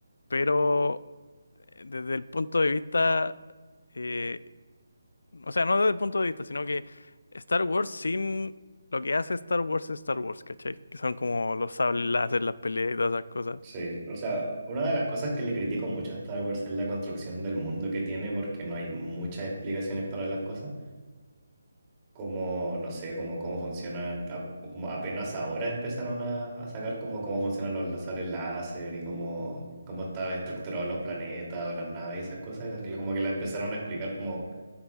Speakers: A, on the left; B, on the right.
A: pero eh, desde el punto de vista... eh, O sea, no desde el punto de vista, sino que Star Wars sin lo que hace Star Wars es Star Wars, ¿cachai? Que son como los sables láser, las peleas y todas esas cosas.
B: sí. O sea, una de las cosas que le critico mucho a Star Wars es la construcción del mundo que tiene porque no hay muchas explicaciones para las cosas. como, no sé, como cómo funcionan, ap- como apenas ahora empezaron a, a sacar como cómo funcionan los láseres láser y cómo, cómo están estructurados los planetas o las naves y esas cosas, le- como que la empezaron a explicar como